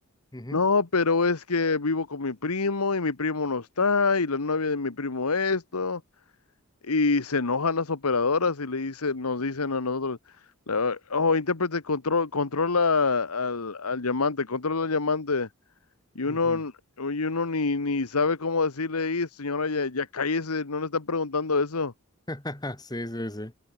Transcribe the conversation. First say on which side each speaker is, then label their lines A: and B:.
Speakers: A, on the left; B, on the left.
A: Ujú,
B: No, pero es que vivo con mi primo y mi primo no está y la novia de mi primo esto y se enojan las operadoras y le dicen, nos dicen a nosotros, la- oh, intérprete, control, controla al, al llamante, controla al llamante y uno,
A: ujú.
B: y uno ni, ni sabe cómo decirle, "Ey, señora, ya, ya cállese, no le están preguntando eso,
A: <laughs> Sí, sí, sí.